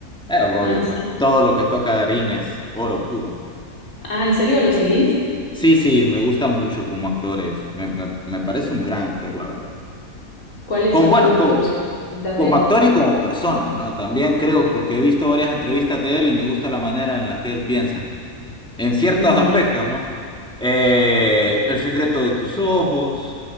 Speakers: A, in the centre; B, on the left.
A: Es obvio,
B: ah, sí.
A: pues todo lo que toca Darín es oro puro.
B: Ah, ¿en serio lo seguís?
A: Sí, sí, me gusta mucho como actor es. Me, me, me parece un gran actor, la verdad.
B: ¿Cuáles
A: Con,
B: son
A: bueno,
B: tus
A: como
B: producciones favoritas
A: como
B: de él?
A: actor y como persona, ¿no? También creo, porque he visto varias entrevistas de él y me gusta la manera en la que él piensa, en ciertos
B: Mira,
A: aspectos, ¿no? Eh, El secreto de tus ojos,